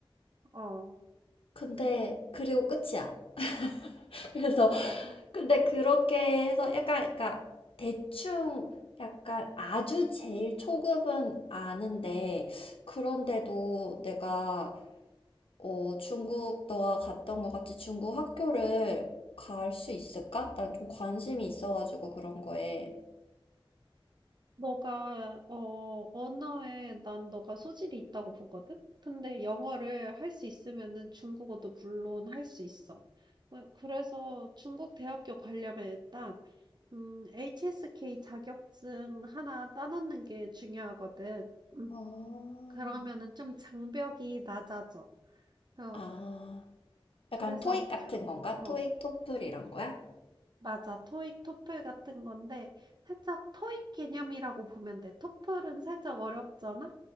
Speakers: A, on the right; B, on the left.
A: 어.
B: 근데, 그리고 끝이야. <laughs> 그래서,
A: <laughs>
B: 근데 그렇게 해서 약간, 그러니까, 대충, 약간 아주 제일 초급은 아는데, 그런데도 내가 어, 중국 너가 갔던 것 같이 중국 학교를 갈 수 있을까? 난 좀 관심이 있어가지고 그런 거에.
A: 너가 어 언어에 난 너가 소질이 있다고 보거든. 근데 영어를 할 수 있으면은 중국어도 물론 할 수 있어. 어, 그래서 중국 대학교 가려면 일단 음, HSK 자격증 하나 따놓는 게 중요하거든. 음,
B: 어,
A: 그러면은 좀 장벽이 낮아져. 어,
B: 아,
A: 그래서,
B: 약간 토익 같은
A: 교-
B: 건가?
A: 어,
B: 토익, 토플 이런 거야?
A: 맞아. 토익, 토플 같은 건데, 살짝 토익 개념이라고 보면 돼. 토플은 살짝 어렵잖아?